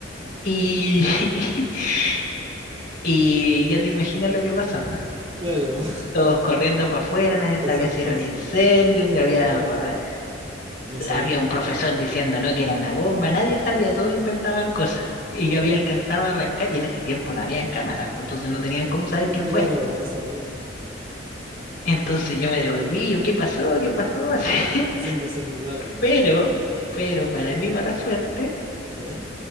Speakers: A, on the left (about 60°); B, on the right (about 35°).
A: Y, <laughs> y ya te imaginas lo que pasó.
B: Claro,
A: Todos corriendo para afuera, nadie
B: pensando,
A: sabía si era un incendio, si había,
B: claro,
A: pa-
B: no sabían
A: había
B: qué
A: un
B: es
A: profesor
B: lo que iba a hacer.
A: diciendo no que era una bomba, nadie sabía, todos inventaban cosas. Y yo había alcanzado a arrancar y en ese tiempo no habían cámaras, pues entonces no tenían cómo saber
B: <laughs>
A: quién
B: Claro,
A: fue.
B: pues, no sabían.
A: Entonces yo me devolví, yo, ¿qué pasó? ¿Qué pasó? <laughs> Así.
B: Haciéndose la loca.
A: Pero, pero para mi mala suerte,
B: ¿Ya?